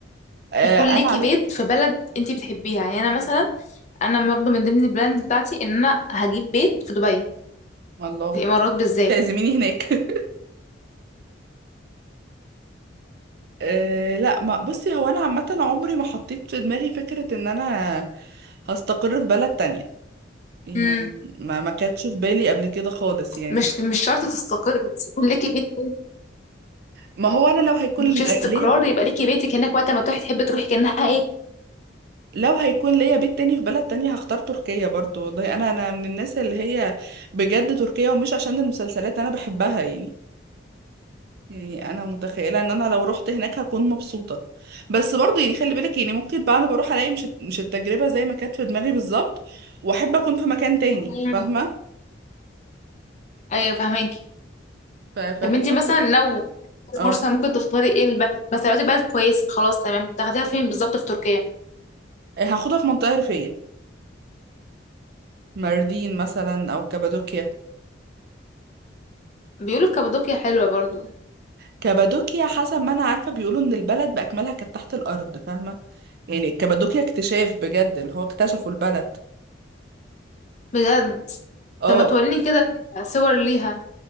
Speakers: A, on the right (about 55°); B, on the left (about 40°).
A: آه
B: يكون
A: أنا
B: ليكي
A: على
B: بيت في بلد انت بتحبيها يعني انا مثلا انا برضه من ضمن البراندز بتاعتي ان انا هجيب بيت في دبي
A: الله
B: في الامارات بالذات
A: تعزميني هناك <laughs> أه لا ما بصي هو انا عامه عمري ما حطيت في دماغي فكره ان انا هستقر في بلد تانية يعني
B: امم
A: ما ما كانتش في بالي قبل كده خالص يعني
B: مش مش شرط تستقر بس يكون ليكي بيت
A: ما هو انا لو هيكون
B: مش استقرار
A: ليا
B: يبقى ليكي بيتك هناك وقت ما تروحي تحبي تروحي كانها ايه
A: لو هيكون ليا بيت تاني في بلد تانية هختار تركيا برضو والله انا انا من الناس اللي هي بجد تركيا ومش عشان المسلسلات انا بحبها يعني يعني انا متخيله ان انا لو رحت هناك هكون مبسوطه بس برضه يعني خلي بالك يعني ممكن بقى انا بروح الاقي مش مش التجربه زي ما كانت في دماغي بالظبط واحب اكون في مكان تاني
B: مم.
A: فاهمه
B: ايوه فاهماكي
A: ف- فهي
B: طب انت مثلا
A: بتبقى-
B: لو
A: اه
B: فرصة ممكن تختاري ايه البلد بس لو لقيتي بلد كويس خلاص تمام تاخديها فين بالظبط في تركيا
A: هاخدها في منطقه ريفيه ماردين مثلا او كابادوكيا
B: بيقولوا كابادوكيا حلوة برضو
A: كابادوكيا حسب ما انا عارفه بيقولوا ان البلد باكملها كانت تحت الارض فاهمه يعني كابادوكيا اكتشاف بجد اللي هو اكتشفوا البلد
B: بجد
A: اه
B: طب ما توريني كده صور ليها